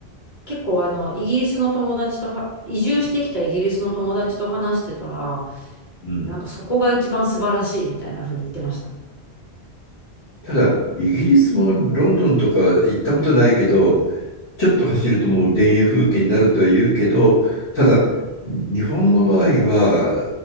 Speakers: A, on the left; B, on the left.
A: 結構あの、イギリスの友達とは、移住してきたイギリスの友達と話してたら、
B: うん、
A: なんかそこが一番素晴らしいみたいな風に言ってました。
B: ただイギリスもロンドンとか行ったことないけどちょっと走るともう田園風景になるとは言うけどただ日本の場合は